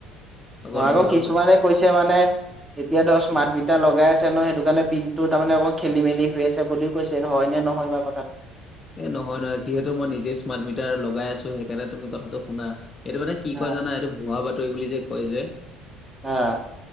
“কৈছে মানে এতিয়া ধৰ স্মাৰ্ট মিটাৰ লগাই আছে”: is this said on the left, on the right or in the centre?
Right